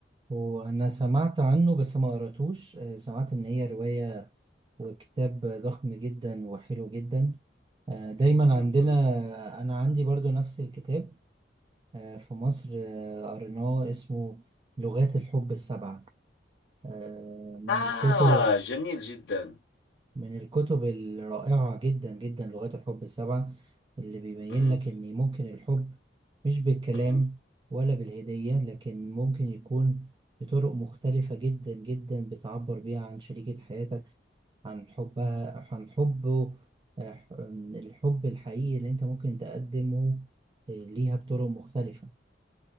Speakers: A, on the right; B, on the left.
A: وأنا سمعت عنه بس ما قرأتوش آه، سمعت إن هي رواية وكتاب ضخم جدا وحلو جدا آه، دايما
B: مهم.
A: عندنا أنا عندي برضو نفس الكتاب آه، في مصر آه، قريناه اسمه لغات الحب السبعة آه، من
B: آه
A: الكتب
B: جميل جدا
A: من الكتب الرائعة جدا جدا لغات الحب السبعة اللي بيبين
B: مم.
A: لك إن ممكن الحب مش بالكلام
B: مم.
A: ولا بالهدية لكن ممكن يكون بطرق مختلفة جدا جدا بتعبر بيها عن شريكة حياتك عن حبها عن حبه آه، الحب الحقيقي اللي انت ممكن تقدمه آه، ليها بطرق مختلفة